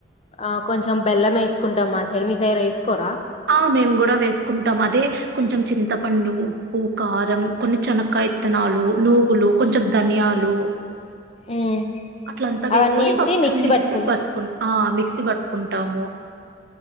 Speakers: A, on the left; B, on the right.
A: ఆ కొంచెం బెల్లం వేసుకుంటాం మా సైడ్ మీ సైడ్ వేసుకోరా
B: ఆ మేము కూడా వేసుకుంటాం అదే కొంచెం చింతపండు ఉప్పు కారం కొన్ని చెనకా విత్తనాలు నూగులు కొంచెం ధనియాలు
A: ఉమ్.
B: అట్లంతా వేసుకొని
A: అవన్నీ వేసి
B: ఫస్ట్ మిక్సీ
A: పట్టుకుం
B: పట్టుకుని ఆ మిక్స సి పట్టుకుంటాము